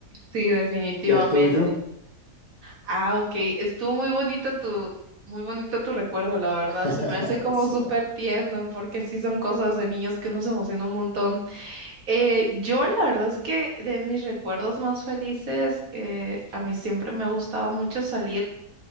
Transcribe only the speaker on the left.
¿Y el tuyo?
<laughs>
Sí,
¿no?